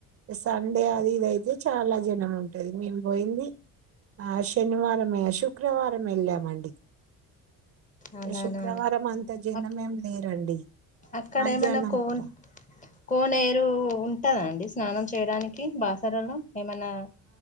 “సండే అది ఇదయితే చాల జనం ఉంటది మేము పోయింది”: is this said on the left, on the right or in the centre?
Right